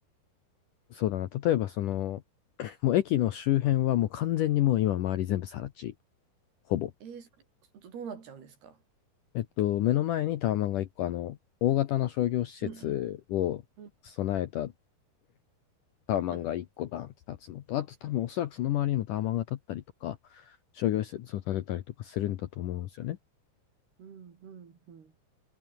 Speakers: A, on the left; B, on the right.
A: そうだな、例えばその、<clears throat> もう駅の周辺はもう完全にもう今周り全部更地、ほぼ。
B: えー、それ、どどうなっちゃうんですか
A: えっと、目の前にタワマンが1個、あの、大型の商業施設を備えた
B: うんうん。うん、
A: タワマンが1個だンって立つのと、
B: <laughs> うん、
A: あと多分おそらくその周りにもタワマンが立ったりとか、商業施設を建てたりとかするんだと思うんですよね。
B: うん、うん